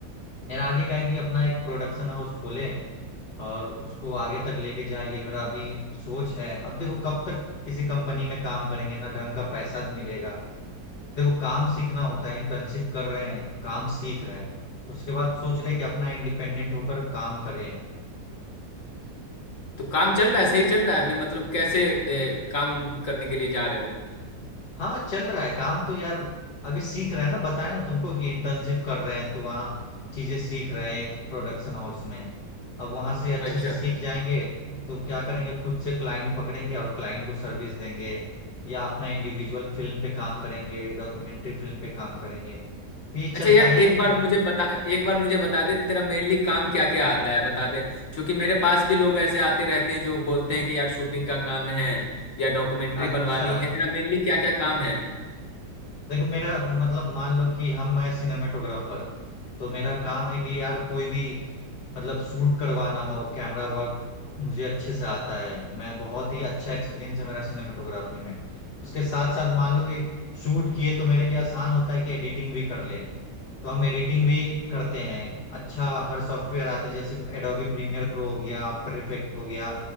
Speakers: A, on the left; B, on the left.
A: मेरा आगे का है कि अपना एक प्रोडक्शन हाउस खोलें और उसको आगे तक लेके जाए ये मेरा अभी सोच है अब देखो कब तक किसी कंपनी में काम करेंगे ना ढंग का पैसा मिलेगा देखो काम सीखना होता है इंटर्नशिप कर रहे हैं काम सीख रहे हैं उसके बाद सोच रहे हैं कि अपना इंडिपेंडेंट होकर काम करें
B: तो काम चल रहा है सही चल रहा है अभी मतलब कैसे ए, काम उम करने के लिए जा रहे हो
A: हाँ चल रहा है काम तो यार अभी सीख रहे हैं ना बताया ना तुमको कि इंटर्नशिप कर रहे हैं तो वहाँ चीजें सीख रहे हैं एक प्रोडक्शन हाउस में अब वहां से अच्छे
B: अच्छा
A: से सीख जाएंगे तो क्या करेंगे खुद से क्लाइंट पकड़ेंगे और क्लाइंट को सर्विस देंगे या अपना इंडिविजुअल फिल्म पे काम करेंगे डॉक्यूमेंट्री फिल्म पे काम करेंगे तो ये
B: अच्छा
A: चलता
B: यार एक
A: ही रहेगा
B: बार मुझे बता एक बार मुझे बता दे तेरा मेनली काम क्या क्या आता है बता दे क्योंकि मेरे पास भी लोग ऐसे आते रहते हैं जो बोलते हैं कि यार शूटिंग का काम है या डॉक्यूमेंट्री
A: अच्छा
B: बनवानी है तेरा मेनली क्या क्या काम है
A: देखो मेरा मतलब मान लो कि हम मैं सिनेमेटोग्राफर तो मेरा काम है कि यार कोई भी मतलब शूट करवाना हो कैमरा वर्क मुझे अच्छे से आता है मैं बहुत ही अच्छा एक्सपीरियंस है मेरा सिनेमेटोग्राफी में उसके साथ साथ मान लो कि शूट किए तो मेरे लिए आसान होता है कि एडिटिंग भी कर लें तो हम एडिटिंग भी करते हैं अच्छा हर सॉफ्टवेयर आता है जैसे एडोबी प्रीमियर प्रो हो गया आफ्टर इफेक्ट हो गया